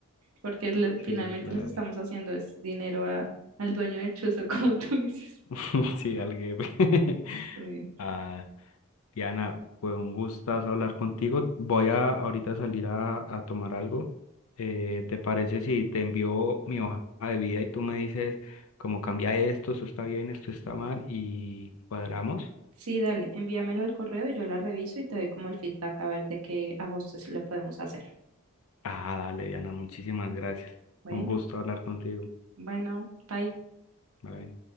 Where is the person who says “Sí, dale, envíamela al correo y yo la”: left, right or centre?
Right